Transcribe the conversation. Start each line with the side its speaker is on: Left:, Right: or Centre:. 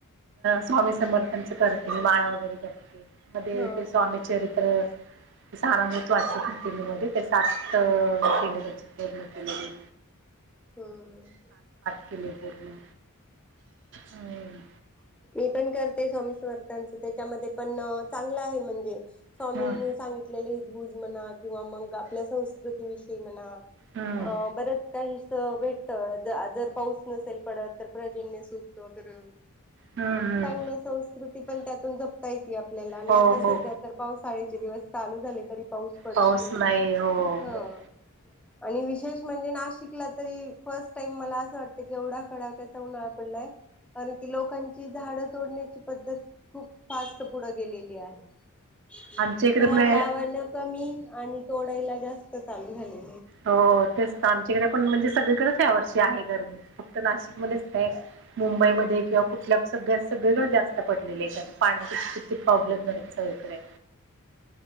Right: स्वामी समर्थांच करते. माळ वगैरे जपते. मध्ये
Centre: हा
Right: ते
Centre: हा
Right: स्वामी चरित्र सारामृत वाचत होते मी मध्ये ते सात केले त्याची पूर्ण केलेली
Centre: हम्म
Right: केले पूर्ण. हम्
Centre: मी पण करते स्वामी समर्थांचं त्याच्यामध्ये पण चांगलं आहे म्हणजे स्वामींनी
Right: हम्म
Centre: सांगितलेले दूज म्हणा किंवा मग आपल्या संस्कृतीविषयी म्हणा.
Right: हम्म
Centre: अ बरेच काही त भेटत जर पाऊस नसेल पडत तर प्रजन्य सुक्त वगैरे
Right: हम्म हम्म
Centre: चांगल्या संस्कृती ती पण त्यातून जपता येत की आपल्याला आणि
Right: हो
Centre: आता सध्या
Right: हो
Centre: तर पावसाळ्याचे दिवस चालू झाले तरी पडत
Right: पाऊस
Centre: नाहीये
Right: नाही हो
Centre: ह
Right: बर
Centre: आणि विशेष म्हणजे नाशिकला तरी फर्स्ट टाइम मला असं वाटतं की एवढा कडाक्याचा उन्हाळा पडलाय कारण की लोकां ची झाड तोडण्याची पद्धत खूप फास्ट पुढं गेलेली आहे
Right: आमच्या इकडे
Centre: झाड
Right: पण आहे
Centre: लावायला कमी आणि तोडायला जास्त चालू झाले
Right: हो तेच त आमच्याकडे पण म्हणजे सगळीकडेच या वर्षी आहे गरमी फक्त नाशिक मध्येच नाही मुंबईमध्येध्ये किंवा कुठल्या सगळ्या सगळीकडे जास्त पडलेली आहे कारण पाण्याचा किती प्रॉब्लेम आहेत सगळीकडे